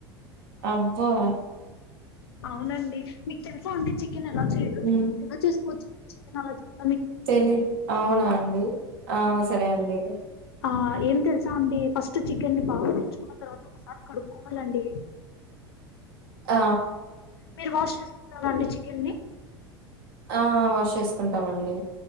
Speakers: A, on the right; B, on the left.
A: అబ్బా
B: అవునండి మీకు తెలుసా అండి చికెన్ ఎలా చేయ
A: ఊమ్
B: <unintelligible> చికెన్ ఎలా <inaudible>
A: తెలీద్ అవునా అండి ఆ సరే అండి
B: ఆ ఏం తెలుసా అండి ఫస్ట్ చికెన్ని బాగా తెచ్చుకున్న తర్వాత ఒకసారి కడుక్కోవాలండి
A: ఆ
B: మీరు వాష్ చేసుకుంటార అండి చికెన్ ని
A: ఆ ఆ వాష్ చేసుకుంటామండి